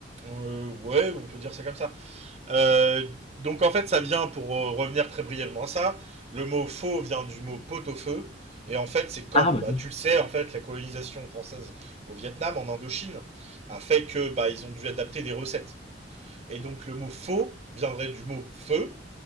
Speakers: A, on the right; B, on the left.
A: Euh, ouais, on peut dire ça comme ça. Euh, donc en fait, ça vient, pour euh, revenir très brièvement à ça, le mot faux vient du mot pot au feu. Et en fait, c'est comme,
B: Ah, bah
A: bah,
B: oui.
A: tu le sais, en fait, la colonisation française au Vietnam, en Indochine, a fait que bah, ils ont dû adapter des recettes. Et donc le mot faux viendrait du mot feu,